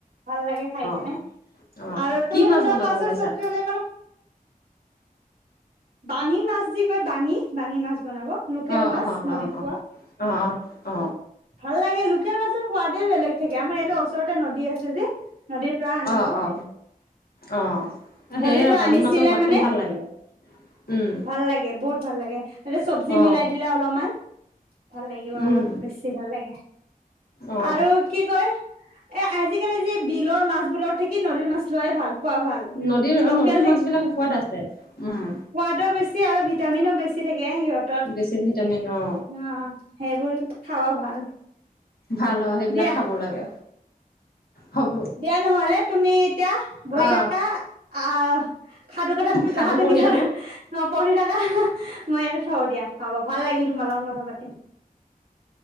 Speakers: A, on the right; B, on the left.
A: ভাল লাগে খাই কিনে।
B: অ অ
A: আৰু তুমি
B: কি মাছ
A: সুদা
B: বনাব
A: মাছৰ
B: ওলাইছা
A: চব্জি হ'লে ইমান বাঙি মাছ য কয় বাঙি বাঙি মাছ বনাব লোকেল
B: অ
A: মাছ
B: অ
A: নদীত
B: অ
A: পোৱা
B: অ অ অ অ
A: ভাল লাগে লোকেল মাছৰ সোৱাদে বেলেগ থাকে, আমাৰ য়া ওচৰতে নদী আছে যে, নদীৰ পৰা আনিব।
B: অ অ অ অ সেয়ে
A: নদীৰ পৰা
B: বামী
A: আনিছিলে
B: মাছৰ সোৱাদটো
A: মানে?
B: ভাল লাগে উম
A: ভাল লাগে বহুত ভাল লাগে তাতে চব্জি
B: অ
A: মিলাই দিলে অলপমান ভাল লাগিব
B: উম
A: আৰু আৰু বেছি ভাল লাগে।
B: অ
A: আৰু কি কয় এ আজিকালি যে বিলৰ মাছবোৰত থাকি নদীৰ মাছ লোৱাই ভাল। খোৱা ভাল।
B: নদীৰ
A: লোকেল
B: নদীৰ মাছ বিলাক সোৱাদ আছে উম।
A: সহত বেছি আৰু ভিটামিনো বেছি থাকে সিহঁতৰ
B: বেছি ভিটামিন অ
A: অৱ সেইবোৰ খাৱা ভাল
B: ভাল হয় সেইবিলাক
A: দিয়া
B: খাব লাগে। হ'ব
A: দিয়া নহলে তুমি এতিয়া বহি
B: আহ
A: থাকা, আহ সাধু কথাত
B: সাধু
A: সাধুকঠাৰ
B: পঢ়ি থাকো
A: অ পঢ়ি থকা মই থওঁ দিয়া হ'ব ভাল লাগিল তোমাৰ লগত কথা পাতি